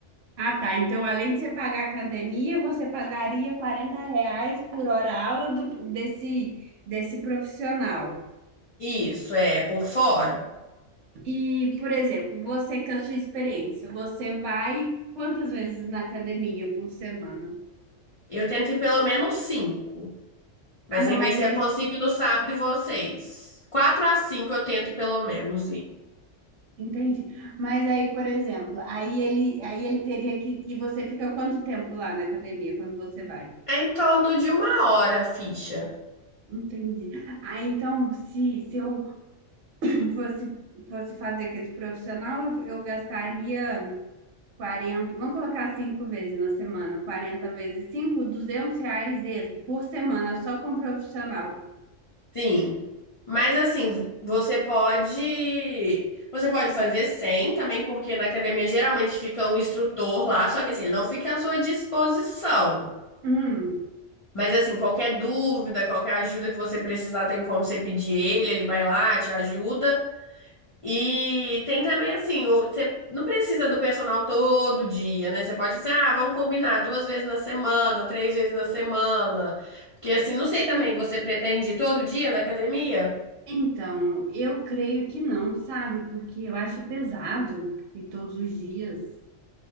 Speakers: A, on the right (about 70°); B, on the left (about 35°).
A: Ah, tá. Então, além de você pagar a academia, você pagaria 40 reais por hora aula do, desse, desse profissional.
B: Isso, é, por fora.
A: E, por exemplo, você com a sua experiência, você vai quantas vezes na academia por semana?
B: Eu tento ir pelo menos cinco. Mas
A: Ah, não,
B: tem
A: mas
B: vezes que
A: aí,
B: eu consigo ir no sábado e vocês. Quatro a cinco eu tento pelo menos ir.
A: entendi. Mas aí, por exemplo, aí ele, aí ele teria que. E você fica quanto tempo lá na academia quando você vai?
B: É em torno de uma hora a ficha.
A: Entendi. Ah, então, se, se eu fosse, fosse fazer com esse profissional, eu eu gastaria. quarenta vamos colocar cinco vezes na semana, 40 vezes cinco 200 reais ex- por semana só com profissional.
B: Sim. Mas assim, você pode. Você pode fazer sem também, porque na academia geralmente fica um instrutor lá, só que assim, ele não fica à sua disposição.
A: Hum,
B: Mas assim, qualquer dúvida, qualquer ajuda que você precisar, tem como você pedir ele, ele vai lá, te ajuda. E tem também assim, o- você não precisa do personal todo dia, né? Você pode fazer, ah, vamos combinar duas vezes na semana, três vezes na semana. Porque assim, não sei também, você pretende ir todo dia na academia?
A: então, eu creio que não, sabe? Porque eu acho pesado e todos os dias.